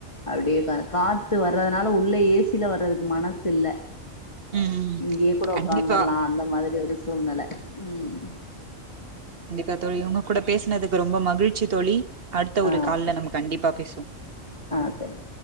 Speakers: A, on the left (about 25°); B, on the right (about 50°).
A: அப்டியே உக்கான்த்து காத்து வர்றதுனால உள்ள ஏசில வர்றதுக்கு மனசுல்ல
B: ம் ம்
A: இங்கேயே கூட
B: கண்டிப்பா
A: உக்காந்துரலாம் அந்த மாதிரி ஒரு சூழ்நிலை ம்
B: கண்டிப்பா தோழி உங்க கூட பேசுனதுக்கு ரொம்ப மகிழ்ச்சி தோழி அடுத்த
A: ஆ
B: ஒரு கால்ல
A: ஓகே
B: நம்ம கண்டிப்பா பேசுவோம்
A: ஆ செரி